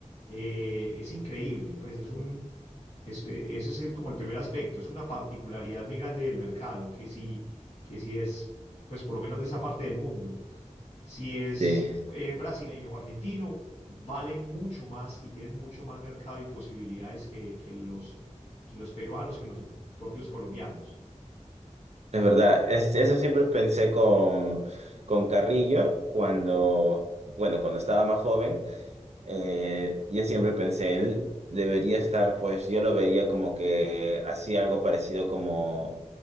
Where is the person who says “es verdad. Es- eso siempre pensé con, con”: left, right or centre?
Right